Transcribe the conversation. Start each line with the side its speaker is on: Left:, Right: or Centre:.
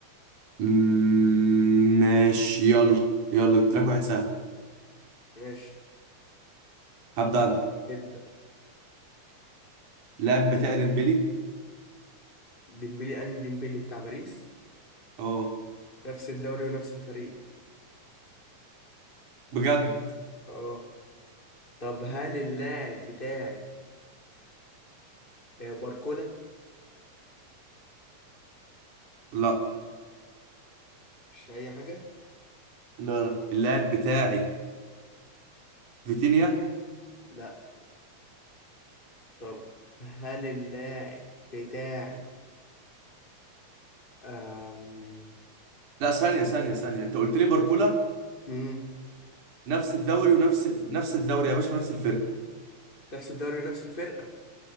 Right: مم، ماشي يلا يلا جبت لك واحد سهل
Left: ماشي
Right: هبدأ انا
Left: ابدأ
Right: اللاعب بتاعي ديمبلي
Left: ديمبلي انهي ديمبلي بتاع باريس
Right: اه
Left: نفس الدوري ونفس الفريق
Right: بجد
Left: اه طب هل اللاعب بتاعي آه، باركولا
Right: لا
Left: مش أي حاجة
Right: لا اللاعب بتاعي فيتينيا
Left: لا طب هل اللاعب بتاعي أم...
Right: لا ثانية ثانية ثانية انت قلت لي باركولا
Left: مم.
Right: نفس الدوري ونفس نفس الدوري يا باشا نفس الفرقة
Left: نفس الدوري ونفس الفرقة